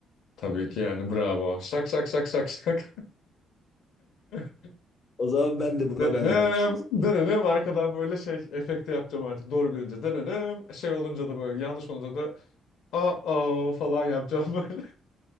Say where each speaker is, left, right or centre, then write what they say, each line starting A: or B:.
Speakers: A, on the left; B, on the left.
A: Tabii ki yani bravo. Şak şak şak şak şak. <laughs>
B: O zaman ben
A: Denenem,
B: de buna benzer bir şey.
A: denenem.
B: <laughs>
A: Arkadan böyle şey efekte yapacağım artık. Doğru bilince denenem. Şey olunca da böyle yanlış olunca da aa falan yapacağım böyle.